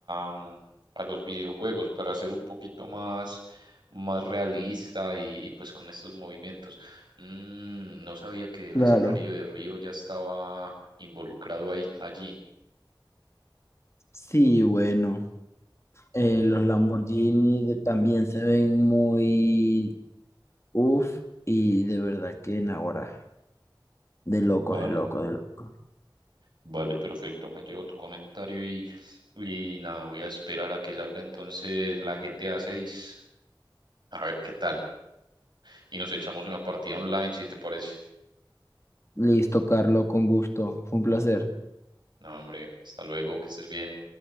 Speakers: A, on the right; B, on the left.
A: a, a los videojuegos para hacer un poquito más, más realista y, y, pues con estos movimientos. Mm, no sabía que el
B: Claro.
A: escenario de Río ya estaba involucrado ahí, allí.
B: Sí, bueno, eh, los Lamborghini de- también se ven muy, Uf, y de verdad que en ahora, de locos,
A: Vale,
B: de locos, de locos.
A: vale, perfecto. Me llevo tu comentario y, y nada, voy a esperar a que salga entonces la GTA 6. A seis, a ver qué tal. Y nos echamos una partida online, si te parece.
B: Listo, Carlos, con gusto. Fue un placer.
A: No, hombre, hasta luego, que estés bien.